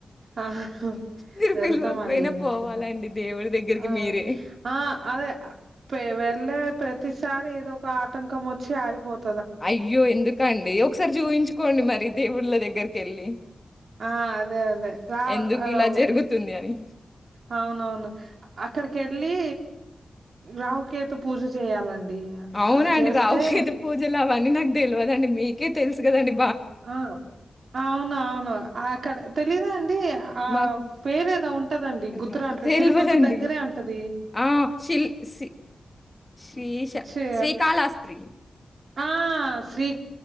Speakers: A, on the right; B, on the left.
A: ఆహ్
B: మీరు
A: వెళ్తామండి
B: పిలవకపోయినా
A: వెళ్తాం
B: పోవాలండి దేవుడి దగ్గరికి
A: ఆ
B: మీరే.
A: ఆ అదే పే వెళ్ళే ప్రతిసారి ఏదో ఒక ఆటంకం వచ్చి ఆగిపోతు
B: అయ్యో ఎందుకండి ఒకసారి చూపించుకోండి మరి దేవుళ్ళ దగ్గరికి వెళ్ళి
A: ఆ అదే అదే రా
B: ఎందుకిలా
A: ఆవ్
B: జరుగుతుంది అని.
A: ఆ అవునవును అక్కడికి వెళ్ళి రాహుకేతు పూజ చేయాలండి
B: అవునా
A: అది చేస్తే
B: అండి రాహుకేతు పూజలు అవి అన్ని నాకు తెలియదండి మీకే తెలుసు కదండి
A: ఆ అవునవును అక్కడ తెలీదా అండి ఆ
B: మాకు
A: పేరు ఏదో ఉంటదండి గుర్తు
B: ర
A: రాట్లేదు
B: తెలవదండి.
A: తిరుపతి దగ్గరే ఉంటది
B: ఆ శిల్ సి శ్రీశ
A: చే
B: శ్రీకాళహస్తి
A: ఆ శ్రీ